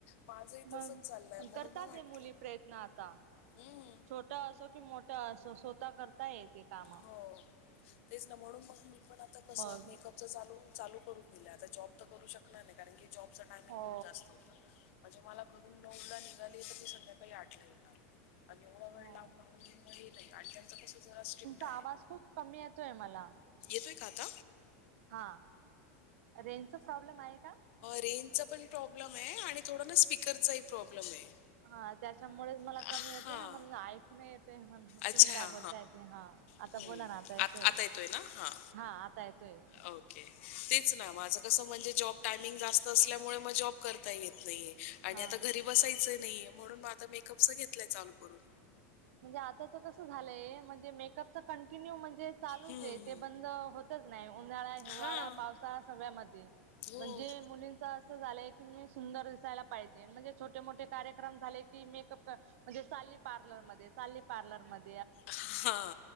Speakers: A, on the left (about 55°); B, on the right (about 65°).
A: माझंही
B: मग
A: तसच चाललंय म्हणून
B: करताच
A: मग वाटलं
B: आहे मुली प्रयत्न आता
A: हम्म
B: छोटा असो कि मोठा असो स्वतः करता य ते काम
A: हो तेच ना म्हणून मग मी पण आता कस
B: मग
A: मेकअपच चालू चालू करून दिलं आता जॉब करू शकला नाही कारण की जॉब चा टायमिंग
B: हो
A: खूप जास्त होत म्हणजे मला घरून नऊ ला निघाली तर मी संध्याकाळी आठला येणार आणि एवढा
B: ह
A: वेळ लांब राहून हे नाही आणि त्यांचं कसं जरा स्ट्रिक्ट आहे
B: आवाज खूप कमी येतोय मला
A: त काात
B: हा रेंजचा प्रॉब्लेम आहे का?
A: रेंज पण प्रॉब्लेम थोडा ना स्पीकरचाही प्रॉब्लेम आहे
B: हा त्याच्यामुळेच मला
A: हा
B: कमी येतोय ना म्हण ऐकून येतय म्हण
A: अच्छा
B: तुम्ही काय
A: हा
B: बोलताय ते हा आता
A: हं.
B: बोला ना आता येतोय
A: आत ना? हां.
B: हा आता येतोय
A: ओके तेच ना माझं कस म्हणजे जॉब टायमिंग जास्त असल्यामुळे मग जॉब करता येत नाहीे आणि
B: हा
A: आता घरी बसायचं नाहीे म्हणून मग आता मेकअपच घेतलाय चालू करून
B: म्हणजे आताच कसं झालंय म्हणजे मेकअप कंटिन्यू म्ह जे चालूच
A: हं,
B: आहे
A: हं.
B: ते बंद होतच नाही उन्हाळा हिवाळा
A: हां.
B: पावसा सगळ्यामध्ये
A: हो.
B: म्हणजे मुलींच असं झालंय कि मी सुंदर दिसायला पाहिजे म्हणजे छोटे मोठे कार्यक्रम झाले की मेकअप म्हणजे साली पार्लरमध्येध्ये चाली प्लर मध्ये
A: हा